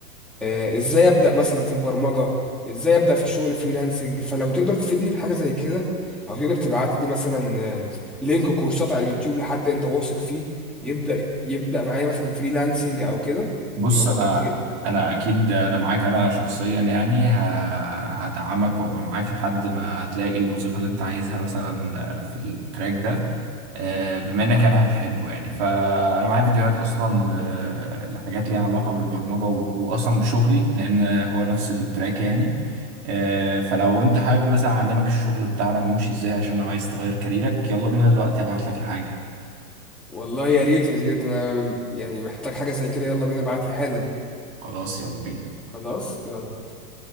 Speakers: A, in the centre; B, on the right.
A: آه، ازاي ابدأ مثلا في البرمجة ازاي ابدأ في الشغل فريلانسنج فلو تقدر تفيدني بحاجة زي كده او تقدر تبعت لي مثلا آه، لينك كورسات على اليوتيوب لحد انت واثق فيه يبدأ يبدأ معايا مثلا فريلانسنج او كده
B: بص
A: يبقى
B: انا
A: كتر خيرك
B: انا اكيد انا معاك انا شخصيا يعني ه- هدعمك وابقى معاك لحد ما هتلاقي الوظيفه اللي انت عايزها مثلا في التراك ده آه، بما انك انا هتحبه يعني فانا معايا فيديوهات اصلا ل- لحاجات ليها علاقه بالبرمجه و- واصلا بشغلي لان هو نفس التراك يعني آه، فلو انت حابب مثلا اعلمك الشغل بتاعنا بيمشي ازاي عشان لو عايز تغير كاريرك يلا بينا دلوقتي هبعت لك الحاجه
A: والله يا ريت يا زياد انا يعني محتاج حاجة زي كده يلا بينا ابعت لي حالا
B: خلاص يلا بينا
A: خلاص يلا بينا